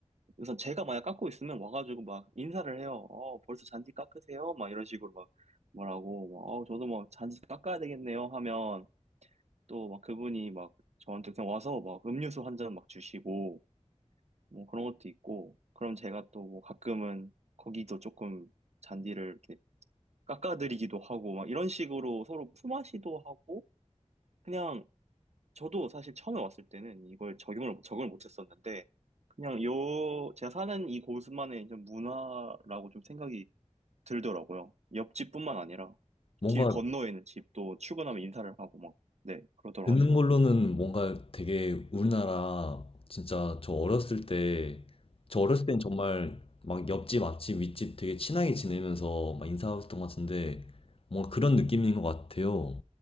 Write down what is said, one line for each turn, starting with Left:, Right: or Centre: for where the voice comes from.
Right: 우선 제가 만약 깎고 있으면 와가지고 막 인사를 해요. 어, 벌써 잔디 깎으세요? 막 이런 식으로 막 말하고, 막, 어, 저도 막 잔디 깎아야 되겠네요 하면 또 막 그분이 막 저한테 그냥 와서 막 음료수 한 잔 막 주시고, 뭐 그런 것도 있고, 그럼 제가 또 뭐 가끔은 거기도 조금 잔디를 이렇게 깎아드리기도 하고, 막 이런 식으로 서로 품앗이도 하고, 그냥 저도 사실 처음에 왔을 때는 이걸 적용을, 적응을 못 했었는데, 그냥 요, 제가 사는 이 곳만의 좀 문화라고 좀 생각이 들더라고요. 옆집뿐만 아니라,
Left: 뭔가
Right: 길 건너에 있는 집도 출근하면 인사를 하고 막, 네, 그러더라가지고.
Left: 듣는 걸로는 뭔가 되게 우리나라 진짜 저 어렸을 때, 저 어렸을 땐 정말 막 옆집, 앞집, 윗집 되게 친하게 지내면서 막 인사했던 것 같은데 뭔가 그런 느낌인 것 같아요.